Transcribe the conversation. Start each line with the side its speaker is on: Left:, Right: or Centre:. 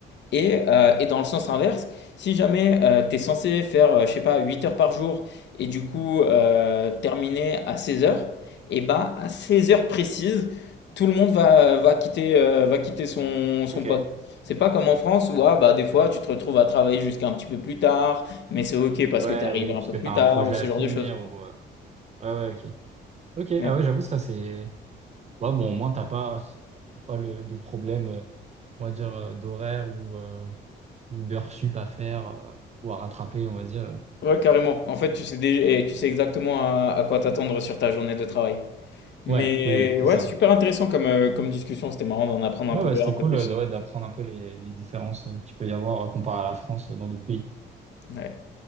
Left: et, euh, et dans le sens inverse, si jamais euh, tu es censé faire, euh, je sais pas, 8 heures par jour et du coup euh, terminer à 16 heures, et bah à 16 heures précises, tout le monde va, va quitter, euh, va quitter son, son
Right: Ok.
Left: poste. C'est pas comme en France où ah, bah, des fois tu te retrouves à travailler jusqu'à un petit peu plus tard, mais c'est ok parce
Right: Ouais,
Left: que tu arrives
Right: oui,
Left: un
Right: parce
Left: peu
Right: que
Left: plus
Right: t'as
Left: tard
Right: un projet
Left: ou ce
Right: à
Left: genre
Right: finir.
Left: de choses.
Right: Ou... euh, Ouais, ouais, ok. Ok,
Left: Mais
Right: ah ouais, j'avoue, ça c'est. Ouais, bon, au moins, t'as pas, pas le, de problème, euh, on va dire, euh, d'horaire ou, euh, ou d'heures sup à faire euh, ou à rattraper, on va dire.
Left: ouais, carrément. En fait, tu sais, dé- et tu sais exactement à, à quoi t'attendre sur ta journée de travail. Mais
Right: Ouais, oui, oui, c'est
Left: ouais,
Right: ça.
Left: super intéressant comme, euh, comme discussion. C'était marrant d'en apprendre
Right: Ouais,
Left: un peu,
Right: bah, c'était
Left: un peu
Right: cool
Left: plus.
Right: euh, de, ouais, d'apprendre un peu les, les différences euh, qu'il peut y avoir euh, comparé à la France euh, dans d'autres pays.
Left: Ouais.